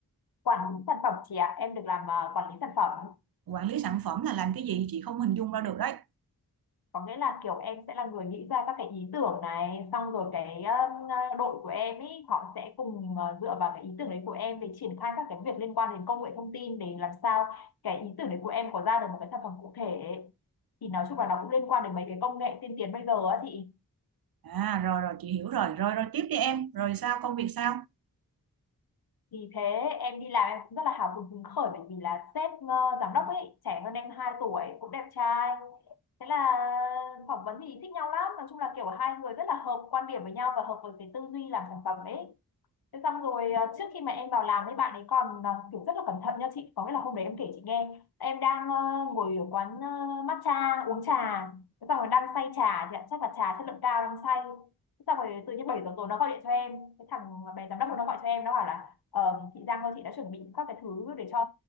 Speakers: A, on the left; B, on the right.
A: quản lý sản phẩm chị ạ, em được làm ờ, quản lý sản phẩm.
B: Quản lý sản phẩm là làm cái gì chị không hình dung ra được đấy.
A: có nghĩa là kiểu em sẽ là người nghĩ ra các cái ý tưởng này xong rồi cái um, đội của em ý họ sẽ cùng uh, dựa vào cái ý tưởng đấy của em để triển khai các cái việc liên quan đến công nghệ thông tin để làm sao cái ý tưởng đấy của em có ra được một cái sản phẩm cụ thể thì nói chung là nó cũng liên quan đến mấy cái công nghệ tiên tiến bây giờ á, thì ý
B: À rồi rồi chị hiểu rồi, rồi rồi tiếp đi em, rồi sao công việc sao?
A: Vì thế em đi làm em cũng rất là hào hứng hứng khởi bởi vì là sếp ờ, giám đốc ấy trẻ hơn em 2 tuổi cũng đẹp trai. Thế là phỏng vấn thì thích nhau lắm, nói chung là kiểu hai người rất là hợp quan điểm với nhau và hợp với cái tư duy làm sản phẩm ấy. Thế xong rồi ờ, trước khi mà em vào làm ấy bạn ấy còn ờ, kiểu rất là cẩn thận nha chị có nghĩa là hôm đấy em kể chị nghe em đang ờ, ngồi ở quán ờ, matcha uống trà thế xong rồi đang say trà chị ạ, chắc là trà chất lượng cao đang say thế xong rồi tự nhiên 7 giờ tối nó gọi điện cho em cái thằng bé giám đốc nó gọi cho em nó bảo là ờ, chị Giang ơi chị đã chuẩn bị các cái thứ để cho